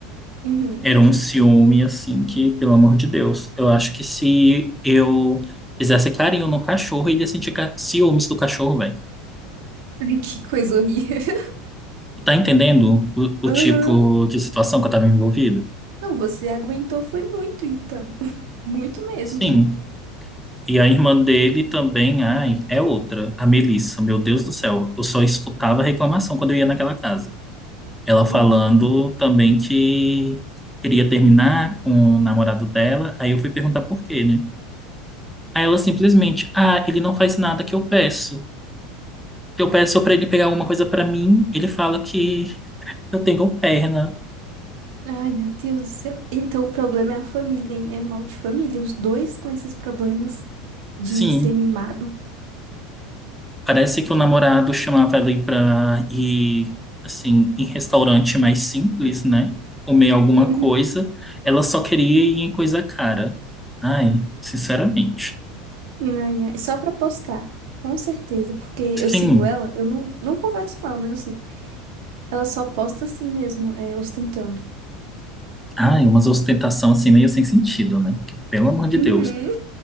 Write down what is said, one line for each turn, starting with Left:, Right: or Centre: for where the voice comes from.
Right: Uhum.
Centre: Era um ciúme, assim, que, pelo amor de Deus, eu acho que se eu fizesse carinho no cachorro, ele ia sentir ca- ciúmes do cachorro, velho.
Right: <laughs> Que coisa horrível. <laughs>
Centre: Tu tá entendendo o,
Right: Aham.
Centre: o tipo de situação que eu tava envolvido?
Right: Não, você aguentou foi muito, então. <laughs> Muito mesmo.
Centre: Sim. E a irmã dele também, ai, é outra, a Melissa, meu Deus do céu. Eu só escutava reclamação quando eu ia naquela casa. Ela
Right: Hum,
Centre: falando
Right: ai, que-
Centre: também que queria terminar com o namorado dela. Aí eu fui perguntar por quê, né? Aí ela simplesmente, ah, ele não faz nada que eu peço. Que eu peço pra ele pegar alguma coisa pra mim, ele fala que eu tenho perna.
Right: Ai, meu Deus do céu. Então o problema é a família, hein? É mal de família. Os dois com esses problemas de
Centre: Sim,
Right: ser mimado.
Centre: Parece que o namorado chamava ela aí pra ir, assim, em restaurante mais simples, né? Comer alguma
Right: Uhum.
Centre: coisa. Ela só queria ir em coisa cara. Ai, sinceramente.
Right: Ai, ai. Só pra postar. Com certeza, porque eu
Centre: Sim,
Right: sigo ela, eu não, não converso com ela, mas eu sigo. Ela só posta assim mesmo, é, ostentando.
Centre: ai, umas ostentação assim meio sem sentido, né? Que, pelo amor de
Right: Uhum.
Centre: Deus.